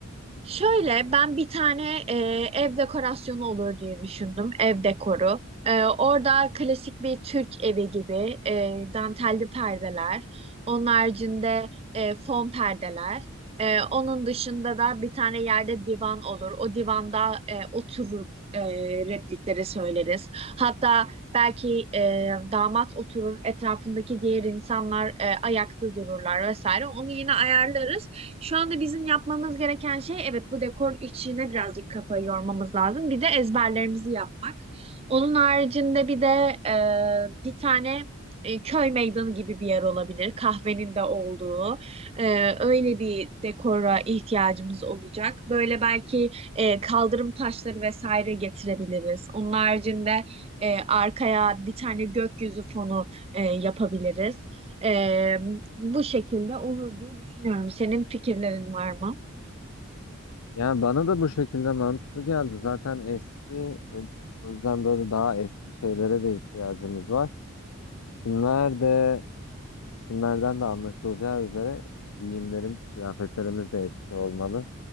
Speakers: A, on the right; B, on the left.
A: Şöyle ben bir tane e, ev dekorasyonu olur diye düşündüm. Ev dekoru. E, orada klasik bir Türk evi gibi e, dantelli perdeler. Onun haricinde e, fon perdeler. E, onun dışında da bir tane yerde divan olur. O divanda e, oturup e, replikleri söyleriz. Hatta belki e, damat oturur, etrafındaki diğer insanlar e, ayakta dururlar vesaire. Onu yine ayarlarız. Şu anda bizim yapmamız gereken şey evet bu dekor içine birazcık kafayı yormamız lazım. Bir de ezberlerimizi yapmak. Onun haricinde bir de e, bir tane e, köy meydanı gibi bir yer olabilir. Kahvenin de olduğu. E, öyle bir dekora ihtiyacımız olacak. Böyle belki e, kaldırım taşları vesaire getirebiliriz. Onun haricinde e, arkaya bir tane gökyüzü fonu e, yapabiliriz. Ee, bu şekilde olur diye düşünüyorum. Senin fikirlerin var mı?
B: Yani bana da bu şekilde mantıklı geldi. Zaten eski, e, o yüzden böyle daha eski şeylere de ihtiyacımız var. İsimler de, isimlerden de anlaşılacağı üzere giyimlerimiz, kıyafetlerimiz de eski olmalı.